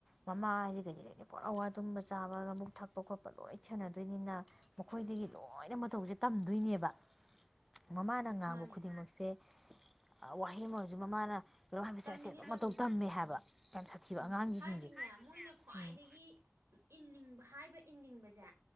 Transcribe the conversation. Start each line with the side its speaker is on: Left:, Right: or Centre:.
Centre: ꯃꯃꯥ ꯍꯥꯏꯗꯤ ꯀꯩꯗꯤꯗꯩꯗꯤ ꯄꯨꯣꯔꯥ ꯋꯥ ꯇꯨꯝꯕ ꯆꯥꯕꯒ ꯑꯃꯨꯛ ꯊꯛꯄ ꯈꯣꯠꯄ ꯂꯣꯏꯅ ꯁꯥꯟꯅꯗꯣꯏꯅꯤꯅ ꯃꯈꯣꯏꯗꯒꯤ ꯂꯣꯏꯅ ꯃꯇꯧꯁꯦ ꯇꯝꯗꯣꯏꯅꯦꯕ ꯃꯃꯥꯅ ꯉꯥꯡꯕ
Right: ꯃꯥꯅꯦ
Centre: ꯈꯨꯗꯤꯡꯃꯛꯁꯦ ꯋꯥꯍꯩ ꯍꯧꯖꯤꯛ ꯃꯃꯥꯅ ꯀꯩꯅꯣꯝ ꯍꯥꯏꯕꯁꯦ
Right: ꯇꯝꯃꯤꯅꯤ
Centre: ꯑꯁꯦ ꯑꯗꯨꯝ
Right: ꯇꯝꯃꯤꯅꯤ
Centre: ꯃꯇꯧ ꯇꯝꯃꯦ ꯍꯥꯏꯕ
Right: ꯎꯝ
Centre: ꯌꯥꯝ ꯁꯥꯊꯤꯕ
Right: ꯎꯝ
Centre: ꯑꯉꯥꯡꯒꯤꯁꯤꯡꯁꯦ
Right: ꯍꯥꯏꯗꯤꯅꯦ ꯃꯣꯏꯅ ꯈ꯭ꯋꯥꯏꯗꯒꯤ
Centre: ꯎꯝ
Right: ꯏꯅꯤꯡꯕ ꯍꯥꯏꯕ ꯏꯅꯤꯡꯕꯁꯦ